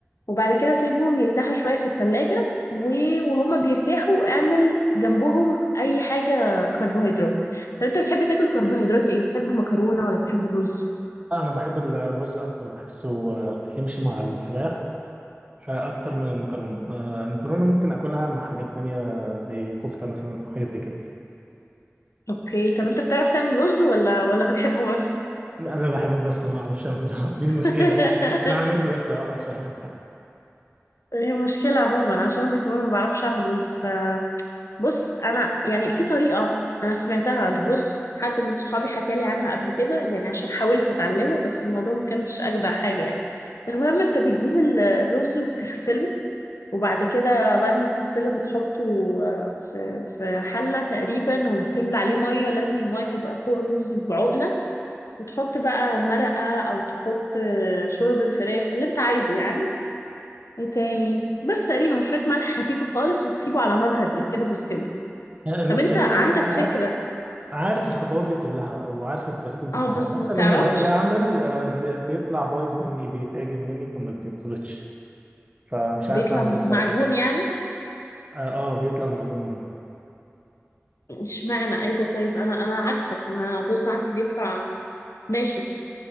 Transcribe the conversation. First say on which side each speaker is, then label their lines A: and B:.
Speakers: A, on the left; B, on the right.
A: وبعد كده سيبهم يرتاحوا شوية في التلاجة و- وهما بيرتاحوا اعمل جنبهم اي حاجة كربوهيدرات طب انت بتحب تاكل كربوهيدرات ايه بتحب مكرونة ولا بتحب الرز
B: آه أنا بحب الرز أكتر بحسه آه يمشي مع الفراخ آه أكتر من المكرونة آه المكرونة ممكن آكلها مع حاجات تانية زي كفتة مثلا أو حاجة زي كده
A: اوكي طب انت بتعرف تعمل رز ولا ولا بتحبه بس
B: أنا بحبه بس ما أعرفش أعملها <laughs> دي المشكلة
A: <laughs>
B: أنا كان ممكن أعمل بس ما أعرفش أعمل
A: هي مشكلة عموما عشان انا كمان ما بعرفش اعمل رز بص انا يعني في طريقه انا سمعتها للرز حد من صحابي حكى لي عنها قبل كده يعني عشان حاولت اتعلمه بس الموضوع ما كانش اجدع حاجه يعني المهم انت بتجيب ال- الرز وبتغسله وبعد كده بعد ما بتغسله بتحطه آه، في في حله تقريبا وبتملى عليه ميه لازم الميه تبقى فوق الرز بعقله وتحط بقى مرقه او تحط آه، شوربه فراخ اللي انت عايزه يعني ايه تاني بس تقريبا شويه ملح خفيفه خالص وتسيبه على نار هاديه كده بيستوي
B: آه، المشكلة
A: طب انت عندك
B: إن أنا
A: فكرة
B: عارف الخطوات دي كلها وعارف الترتيب بتاعها
A: اه بس
B: بس
A: ما بتعرفش
B: لما باجي اعمل آه، بي- بيطلع بايظ مني بيتعجن مني فما بيتظبطش فمش
A: بيطلع
B: عارف اعمل ايه الصراحه
A: معجون يعني
B: اه آه، بيطلع معجون مني
A: اشمعنى ايه ده طيب انا انا عكسك انا الرز عندي بيطلع ناشف